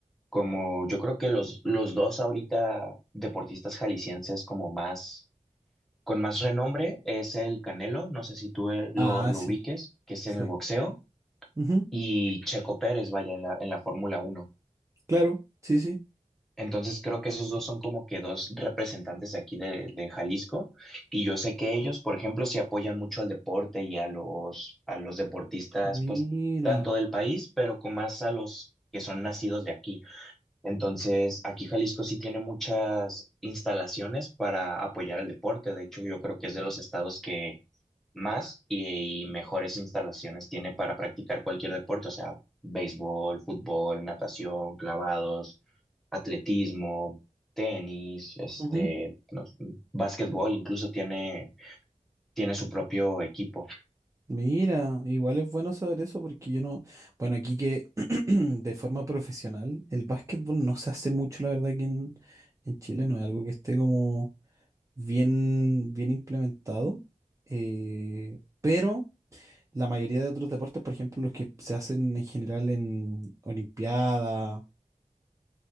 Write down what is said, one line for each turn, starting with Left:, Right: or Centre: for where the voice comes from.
Centre: como yo creo que los, los dos ahorita deportistas jaliscienses como más... Con más renombre es el Canelo, no sé si tú eh, lo,
Right: Ah,
Centre: lo
Right: sí,
Centre: ubiques, que es
Right: sí.
Centre: en el boxeo,
Right: Ujú,
Centre: y Checo Pérez, vaya, en la, en la Fórmula Uno.
Right: Claro, sí, sí.
Centre: Entonces creo que esos dos son como que dos representantes de aquí de, de Jalisco y yo sé que ellos, por ejemplo, sí apoyan mucho al deporte y a los, a los deportistas,
Right: Mira.
Centre: pues tanto del país, pero con más a los que son nacidos de aquí. Entonces, aquí Jalisco sí tiene muchas instalaciones para apoyar al deporte. De hecho, yo creo que es de los estados que más y, y mejores instalaciones tiene para practicar cualquier deporte, o sea, béisbol, fútbol, natación, clavados, atletismo, tenis, este,
Right: ujú,
Centre: no sé, básquetbol, incluso tiene, tiene su propio equipo.
Right: Mira, igual es bueno saber eso porque yo no, bueno, aquí que <clears throat> de forma profesional, el básquetbol no se hace mucho, la verdad, aquí en, en Chile, no es algo que esté como bien, bien implementado, eh, pero la mayoría de otros deportes, por ejemplo, los que se hacen en general en Olimpiada,